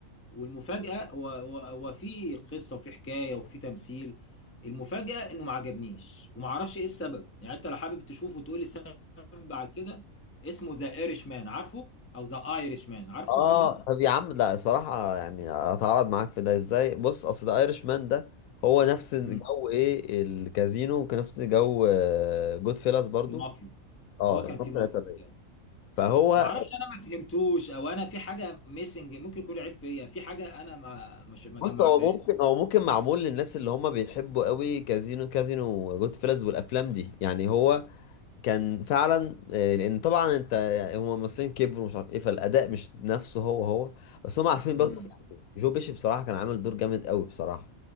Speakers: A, on the left; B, on the left.
A: والمفاجأة و- و- وفي قصة وفي حكاية وفي تمثيل المفاجأة إنه ما عجبنيش وما أعرفش إيه السبب يعني أنت لو حابب تشوفه وتقول لي السبب على كده اسمه ذا ايرش مان عارفه أو ذا ايرش مان عارفه
B: اه
A: الفيلم ده؟
B: طب يا عم لا صراحة يعني اتعرض معاك في ده ازاي بص اصل ده ايرش مان ده هو نفس جو
A: مم.
B: ايه الكازينو وكان نفس جو جود فيلاس برضو
A: المافيا
B: اه
A: هو كان
B: الحرب
A: في مافيا
B: الإيطالية
A: وبتاع
B: فهو
A: ما اعرفش انا ما فهمتوش او انا في حاجه ميسنج ممكن يكون عيب فيا في حاجه انا ما مش ما
B: بص
A: جمعتهاش
B: هو ممكن هو ممكن معمول للناس اللي هم بيحبوا قوي كازينو كازينو وجود فيلاس والافلام دي يعني هو كان فعلا آه، لان طبعا انت يعني هم الممثلين كبروا ومش عارف ايه فالاداء مش نفسه هو هو بس هم عارفين
A: امم
B: برضو جو بيشي بصراحة كان عامل دور جامد قوي بصراحة